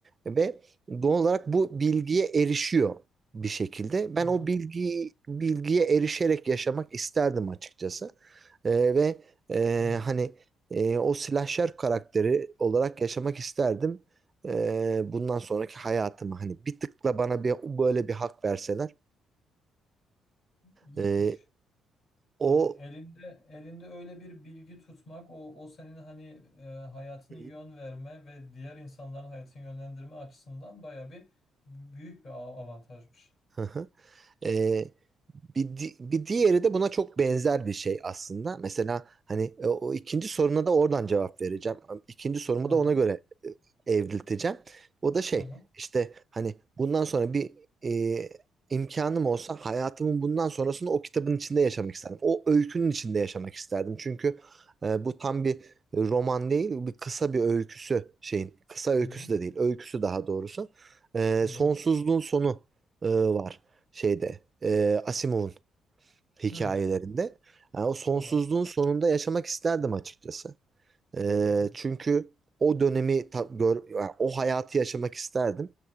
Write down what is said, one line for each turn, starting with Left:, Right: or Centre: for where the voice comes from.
Right: ve doğal olarak bu bilgiye erişiyor bir şekilde.
Left: Tamam.
Right: Ben o bilgiyi bilgiye erişerek yaşamak isterdim açıkçası. Ee, ve e,
Left: Hı.
Right: hani e, o slasher karakteri olarak yaşamak isterdim e, bundan sonraki hayatımı hani bir tıkla bana bir böyle bir hak verseler
Left: İyiymiş.
Right: e, o
Left: Hani elinde elinde öyle bir bilgi tutmak o o senin hani e, hayatını
Right: Hı
Left: yön verme ve diğer insanların hayatını yönlendirme açısından bayağı bir b- büyük bir av- avantajmış.
Right: hı. Ee, bir, di- bir diğeri de buna çok benzer bir şey aslında. Mesela hani e, o ikinci soruna da oradan cevap vereceğim. İkinci sorumu
Left: Aha,
Right: da ona göre e, evrilteceğim. O da şey
Left: aha.
Right: işte hani bundan sonra bir e, imkanım olsa hayatımın bundan sonrasını o kitabın içinde yaşamak isterdim. O öykünün içinde yaşamak isterdim. Çünkü e, bu tam bir roman değil, bir kısa bir öyküsü şeyin. Kısa öyküsü
Left: Hı hı.
Right: de değil, öyküsü daha doğrusu. E,
Left: Hı.
Right: sonsuzluğun sonu e, var şeyde e, Asimov'un hikayelerinde.
Left: Hı.
Right: Yani o sonsuzluğun
Left: Tamam.
Right: sonunda yaşamak isterdim açıkçası. E,
Left: Tamam.
Right: çünkü o dönemi ta- gör, yani o hayatı yaşamak isterdim.